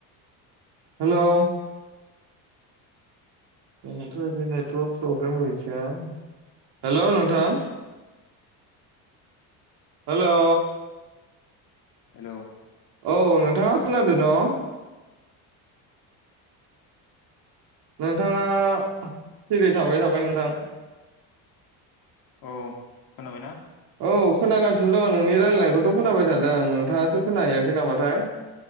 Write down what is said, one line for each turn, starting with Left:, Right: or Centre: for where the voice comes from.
Right: हेलौ। आंनाथ' इदि नेटवर्क प्रब्लेम गैखाया हेलौ नोंथां। हेलौ।
Left: हेलौ।
Right: औ नोंथाङा खोनादों न'? नोंथाङा सिरि थाबाय थाबाय नोंथां।
Left: औ खोनाबायना।
Right: औ खोनागासिनो दं नोंनि रायलायनायखौथ' खोनाबाय थादों आं नोंथाङासो खोनाहैयाखै नामाथाय। <inaudible>